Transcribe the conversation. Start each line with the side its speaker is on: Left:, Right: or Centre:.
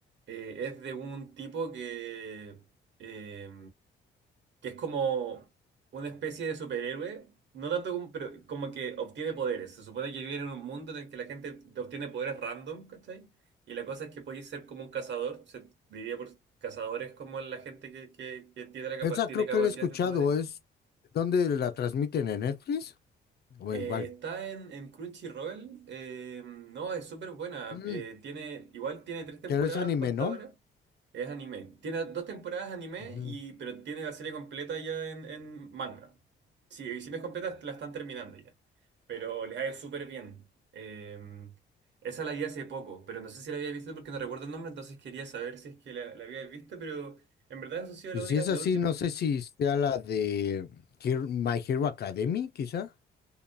Right: Eh, es de un tipo que, eh, que es como una especie de superhéroe, no tanto como, pero como que obtiene poderes. Se supone que vive en un mundo en el que la gente te obtiene poderes random, ¿cachai? Y la cosa es que puedes ser como un cazador, se diría por cazadores como la gente que, que, que tiene, la capa-
Left: Esa
Right: tiene
Left: creo
Right: capacidad
Left: que la he escuchado,
Right: de poderes.
Left: es donde la transmiten en Netflix o
Right: Eh,
Left: en cuál.
Right: está en, en Crunchyroll. eh, no, es súper buena.
Left: Mm,
Right: eh, tiene, igual tiene tres temporadas
Left: pero es anime,
Right: pa' hasta
Left: ¿no?
Right: ahora. Es anime. Tiene dos temporadas anime,
Left: Ujú.
Right: y, pero tiene la serie completa ya en, en manga. Si, si no es completa, la están terminando ya. Pero les ha ido súper bien. Eh, esa la vi hace poco, pero no sé si la había visto porque no recuerdo el nombre, entonces quería saber si es que la, la había visto, pero en verdad eso ha sido
Left: Pues
Right: la única,
Left: si es
Right: la
Left: así,
Right: última
Left: no sé si sea la de Hero- My Hero Academy, quizá.